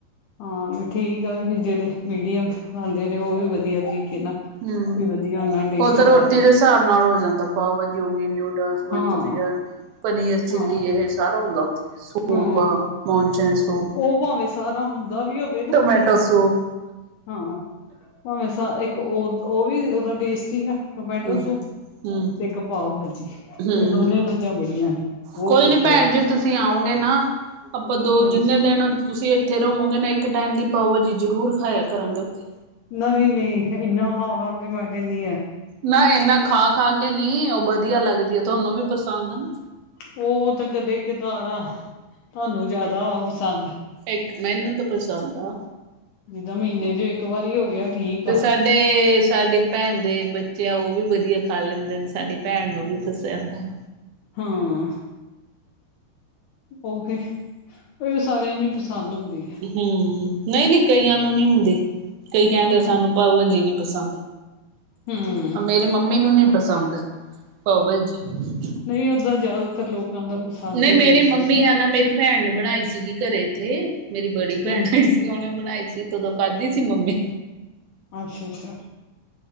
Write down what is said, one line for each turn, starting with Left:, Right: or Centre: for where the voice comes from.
Left: ਹਾਂ ਵੀ ਠੀਕ ਆ ਵੀ ਜਿਹੜੇ ਮੀਡੀਅਮ ਖਾਂਦੇ ਨੇ ਉਹ ਵੀ ਵਦੀਆ ਤਰੀਕੇ ਨਾਲ-
Right: ਹੰ,
Left: ਵੀ ਵਧੀਆ ਉਹਨਾਂ ਨੂੰ ਟੇਸਟੀ
Right: ਉਹ ਤਾਂ ਰੋਟੀ
Left: ਲੱਗਦੀ
Right: ਦੇ ਹਿਸਾਬ ਨਾਲ ਹੋ ਜਾਂਦਾ- ਪਾਓ ਭਾਜੀ ਹੋਗੀ ਨੂਡਲਸ, ਮਨਚੂਰੀਅਨ-
Left: ਹਾਂ,
Right: ਪਨੀਰ -ਚਿੱਲੀ
Left: ਹਾਂ,
Right: ਇਹ ਸਾਰਾ ਹੁੰਦਾ ਉਥੇ ਸੂਪ,
Left: ਹਾਂ
Right: ਮੌਣਚਨ ਸੂਪ-
Left: ਉਹ ਭਾਵੇਂ ਸਾਰਾ ਹੁੰਦਾ ਵੀ ਹੋਵੇ ਨਾ -
Right: ਟੋਮੈਟੋ ਸੂ
Left: ਹਾਂ, ਭਾਵੇਂ ਇੱਕ ਉਹ ਉਹ ਵੀ ਉਹਦਾ ਟੇਸਟ ਹੀ ਆ ਟੋਮੈਟੋ
Right: ਹੂੰ
Left: ਸੂਪ-
Right: ਹੂੰ
Left: ਤੇ ਇੱਕ ਪਾਓ ਭਾਜੀ
Right: ਹੂੰ
Left: ਇਹ ਦੋਨੇ ਚੀਜ਼ਾਂ ਬੜੀਆਂ ਨੇ ਬਹੁਤ
Right: ਕੋਈ
Left: ਵਦੀਆ
Right: ਨੀ ਭੈਣ
Left: ਨੇ-
Right: ਜੀ ਤੁਸੀਂ ਆਓਗੇ ਨਾ, ਆਪਾਂ ਦੋ
Left: ਹਾਂਜੀ
Right: ਜਿੰਨੇ ਦਿਨ ਤੁਸੀਂ ਏ ਫਿਰ ਉਹ ਮੂੰਗੇ ਨੇ ਇੱਕ ਟਾਈਮ ਦੀ ਪਾਓ ਭਾਜੀ ਜ਼ਰੂਰ ਖਾਇਆ ਕਰਾਂਗੇ ਉੱਥੇ-
Left: ਨਹੀਂ-ਨਹੀਂ ਇੰਨਾ ਹਾ-ਹਾ ਕੇ ਮੈਂ ਕਹਿਣੀ ਆਂ
Right: ਨਾ ਏਨਾ ਖਾ-ਖਾ ਕੇ ਨੀ, ਉਹ ਵਦੀਆ ਲੱਗਦੀ ਐ ਤੁਹਾਨੂੰ ਵੀ ਪਸੰਦ ਆ- ਨਾ
Left: ਉਹ ਤਾਂ ਕਦੇ ਕਦਾਰ ਆ, ਤੁਹਾਨੂੰ ਜ਼ਿਆਦਾ ਆ ਪਸੰਦ
Right: ਇੱਕ ਮੈਨੂੰ ਤਾਂ ਪਸੰਦ ਆ
Left: ਜਿੱਦਾਂ ਮਹੀਨੇ ਚ ਇੱਕ ਵਾਰੀ ਹੋ ਗਿਆ ਠੀਕ
Right: ਤੇ
Left: ਆ
Right: ਸੈਟ ਡੇ, ਸਾਡੀ ਪੈਣ ਦੇ ਬੱਚੇ ਆ ਉਹ ਵੀ ਵਦੀਆ ਖਾ ਲੈਂਦੇ ਨੇ ਸਾਡੀ ਪੈਣ ਨੂੰ ਵੀ ਪਸੰਦ ਆ
Left: ਹਾਂ ਉਹੀ, ਉਹ ਸਾਰਿਆਂ ਨੂੰ ਈ ਪਸੰਦ ਹੁੰਦੀ ਏ
Right: ਹੰ ਨਹੀਂ-ਨਹੀਂ ਕਈਆਂ ਨੂੰ ਨਹੀਂ ਹੁੰਦੀ ਕਈ ਕਹਿੰਦੇ
Left: ਹੂੰ
Right: ਸਾਨੂੰ ਪਾਓ ਭਾਜੀ ਨੀ ਪਸੰਦ।
Left: ਹੂੰ
Right: ਆ ਮੇਰੀ ਮੰਮੀ ਨੂੰ ਨਹੀਂ ਪਸੰਦ ਪਾਓ ਭਾਜੀ
Left: ਨਹੀਂ ਓਦਾਂ ਜ਼ਿਆਦਾਤਰ ਲੋਕਾਂ ਦਾ ਪਸੰਦ
Right: ਨਹੀਂ
Left: ਹੀ ਹੁੰਦੀ
Right: ਮੰਮੀ
Left: ਮੇਰੇ ਤਾਂ
Right: ਹੈ ਨਾ ਮੇਰੀ ਪੈਣ ਨੇ ਬਣਾਈ ਸੀਗੀ ਘਰੇ ਇੱਥੇ ਮੇਰੀ ਬੜੀ ਪੈਣ
Left: ਹੂੰ
Right: ਸੀ। ਤੇ ਉਹਨੇ ਬਨਾਈ ਸੀ ਤਦੋਂ ਖਾਧੀ ਸੀ ਮੰਮੀ
Left: ਅੱਛਾ ਅੱਛਾ